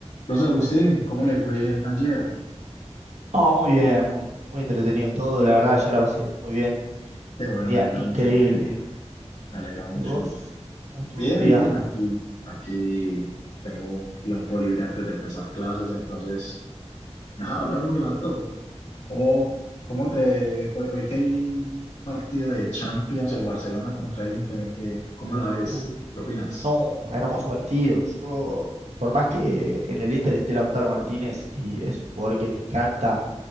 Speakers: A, on the left; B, on the right.
A: Entonces, Agustín, ¿cómo le fue ayer?
B: No, muy bien, muy, muy entretenido todo, la verdad, ya la pasé muy bien.
A: Qué
B: Tuve
A: bueno,
B: un día
A: me alegra
B: increíble.
A: mucho, me alegra mucho.
B: ¿Y vos? ¿Cómo estuvo
A: Bien,
B: tu día?
A: bien, aquí, aquí tengo un tiempo libre antes de empezar clases, entonces, nada, hablar un rato. ¿Cómo, cómo te, hoy, hoy que hay partido de Champions, el Barcelona contra el Inter, ¿qué, cómo la ves?
B: Uh,
A: ¿Qué opinas?
B: no, hermoso partido. Yo, por más que en el Inter esté Lautaro Martínez y es un jugador que me encanta,